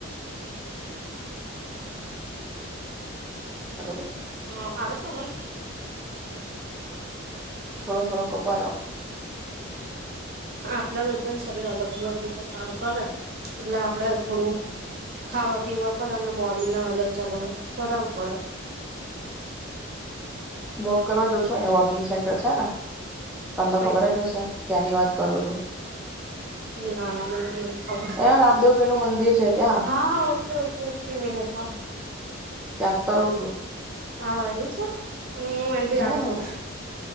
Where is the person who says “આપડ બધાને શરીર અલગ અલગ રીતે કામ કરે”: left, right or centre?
Right